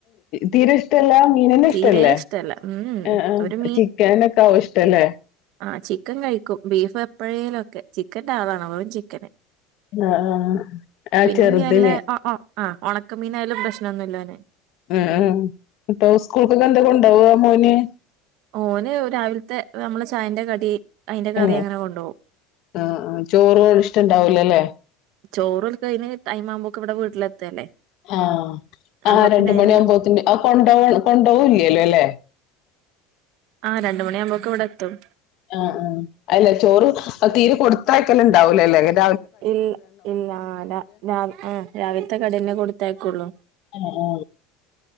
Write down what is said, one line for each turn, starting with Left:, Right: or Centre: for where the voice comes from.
Left: തീരെ ഇഷ്ടല്ലാ മീനന്നെ
Right: തീരെ
Left: ഇഷ്ട അല്ലേ
Right: ഇഷ്ടല്ല ഉം
Left: ആ ആ
Right: ഒരു
Left: ചിക്കനൊക്ക ആാവും ഇഷ്ടല്ലേ
Right: ആ ചിക്കൻ കഴിക്കും ബീഫ് എപ്പോഴേലും ഒക്കെ ചിക്കൻന്റെ ആളാണ് ചിക്കന്
Left: ആഹ് ആഹ് ആഹ്
Right: പിന്നെ
Left: ചെറുതിന്
Right: ഞ് നല്ല ആ ഉണക്കമീനായയാലും പ്രശ്നംന്നുമില്ല ഒന്
Left: ഉം ഉം ഇപ്പൊ സ്കൂൾക്കൊക്കെ എന്താ കൊണ്ടോവാ മോന്
Right: ഓന് രാവിലത്തെ നമ്മളെ ചായന്റെ കടി അതിന്റെ കറി
Left: ആ
Right: അങ്ങനെ കൊണ്ടുപോകും
Left: ആ ചോറ ഇഷ്ടംണ്ടാവൂലല്ലേ
Right: ചോറ് ഓല്ക്ക് അതിന്റെടൈം ആവുമ്പോക്ക ഇവിടെ വീട്ടിലെത്തല്ലേ
Left: ആഹ
Right: അപ്പൊ
Left: ആ രണ്ട്
Right: പിന്നെ അതിനുള്ള
Left: മണിയ ആകുമ്പോത്തിന് ആ കൊണ്ടോ കൊണ്ടൊക്കും ഇല്ലല്ലോ അല്ലേ
Right: ആഹ രണ്ടുമണിയ ആകുമ്പോക്കെ ഇവിടെ എത്തും
Left: ആ് ആ അല്ല ചോറ് തീര് കൊടുത്ത ആയ ക്കൽ ഉണ്ടാവൂലല്ലേ അങ്ങനെ
Right: ഇല്ല ഇല്ല ആഹ രാവിലത്തെ കടിന്നെ കൊടുത്തേക്കുള്ളൂ
Left: ആ ആ